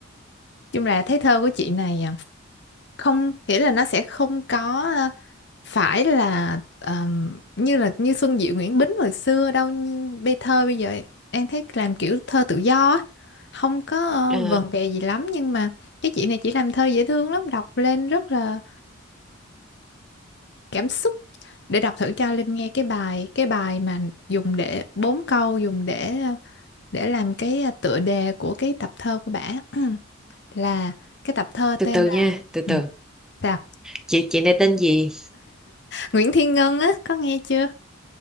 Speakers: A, on the left (about 55°); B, in the centre.
A: Chung là thấy thơ của chị này à, không nghĩa là nó sẽ không có à, phải là ờm, như là như Xuân Diệu Nguyễn Bính hồi xưa đâu, nhưng bây thơ bây giờ em thấy làm kiểu thơ tự do á, không có ờ,
B: Ờ,
A: vần vè gì lắm nhưng mà cái chị này chỉ làm thơ dễ thương lắm, đọc lên rất là cảm xúc để đọc thử cho Linh nghe cái bài cái bài mà dùng để bốn câu dùng để ờ, để làm cái ờ, tựa đề của cái tập thơ của bả <clears throat> là cái tập thơ
B: Từ
A: tên
B: từ
A: là
B: nha Từ từ
A: ừ, sao
B: Chị chị này tên gì
A: Nguyễn Thiên Ngân á có nghe chưa